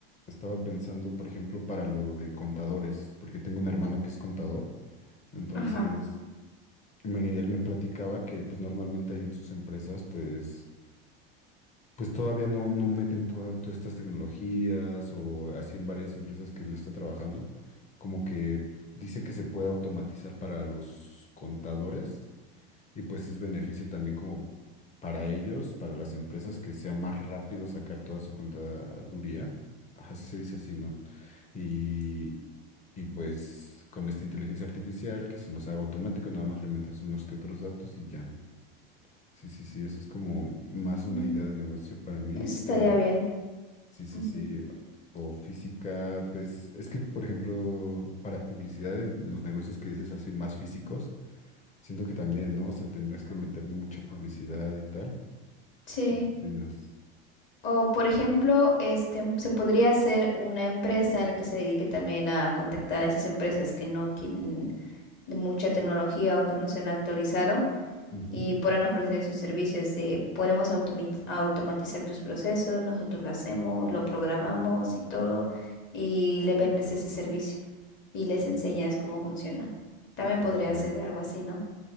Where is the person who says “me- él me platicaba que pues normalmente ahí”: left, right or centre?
Left